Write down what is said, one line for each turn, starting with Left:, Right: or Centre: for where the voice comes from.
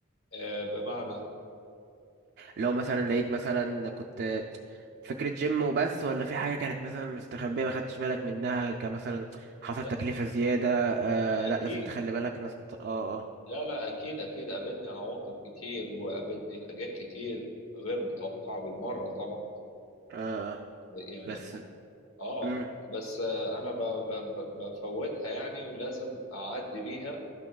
Left: آه، بمعنى
Right: لو مثلا لقيت مثلا كنت فكرة جيم وبس ولا في حاجة كانت مثلا مستخبية ما خدتش بالك منها كمثلا حصل
Left: لا
Right: تكلفة زيادة آه
Left: لا
Right: لا
Left: اكيد
Right: لازم تخلي بالك ناس بت... اه اه
Left: لا لا اكيد اكيد قابلني عواقب كتير وقابلني حاجات كتير غير متوقعة بالمرة طبعا
Right: اه
Left: يعني
Right: بس
Left: اه
Right: امم
Left: بس آه، انا ب- ب- ب- بفوتها يعني ولازم اعدي بيها